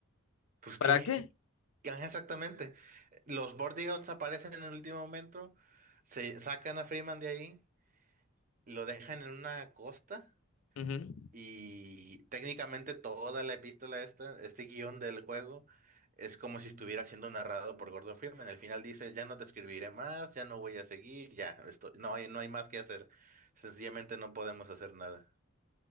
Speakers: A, on the right; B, on the left.
A: pues qué,
B: ¿Para qué?
A: Ajá, exactamente. Los Bordigouts aparecen en el último momento, se sacan a Freeman de ahí, lo dejan en una costa
B: Ujú.
A: y técnicamente toda la epístola esta, este guión del juego, es como si estuviera siendo narrado por Gordon Freeman. Al final dice, ya no te escribiré más, ya no voy a seguir, ya, esto, no hay, no hay más que hacer. Sencillamente no podemos hacer nada.